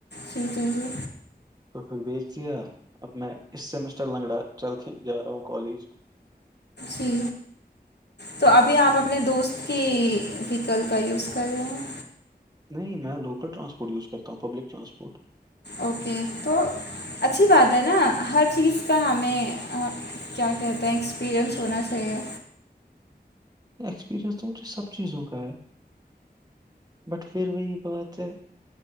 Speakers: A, on the left; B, on the right.
A: ٹھیک ہے جی
B: تو پھر بھیج دیا اب میں اس سیمسٹر لنگڑا چل کے جا رہا ہوں کالج
A: جی تو ابھی آپ اپنے دوست کی ویکل کا یوز کر رہے ہیں
B: نہیں میں لوکل رسپورٹ یوز کرتا ہوں پبلک ٹرانسپورٹ
A: اوکے تو اچھی بات ہے نا ہر چیز کا ہمیں کیا کہتے ہیں ایکسپیریئنس ہونا چاہیے
B: اکسپیرینس تو سب چیزوں کا ہے بٹ پھر وہی بات ہے